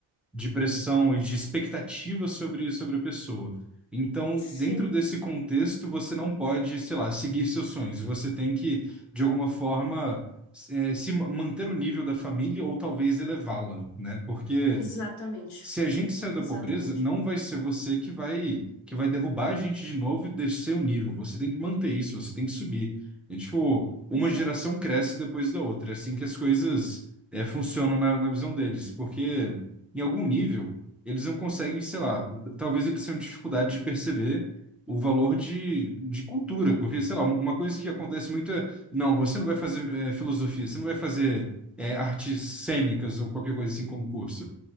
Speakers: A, in the centre; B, on the left (about 75°).
A: de pressão e de expectativa sobre, sobre a pessoa. Então,
B: sim,
A: dentro desse contexto, você não pode, sei lá, seguir seus sonhos. Você tem que, de alguma forma, eh, se ma- manter o nível da família ou talvez elevá-lo, né? Porque
B: exatamente,
A: se a gente sair da
B: exatamente,
A: pobreza, não vai ser você que vai que vai derrubar a gente de novo e descer o nível. Você tem que manter isso, você tem que subir. É tipo, uma
B: exato.
A: geração cresce depois da outra. É assim que as coisas é, funcionam na, na visão deles. Porque em algum nível, eles não conseguem, sei lá, talvez eles tenham dificuldade de perceber o valor de, de cultura. Porque, sei lá, uma coisa que acontece muito é, não, você não vai fazer é, filosofia, você não vai fazer é, artes cênicas ou qualquer coisa assim como curso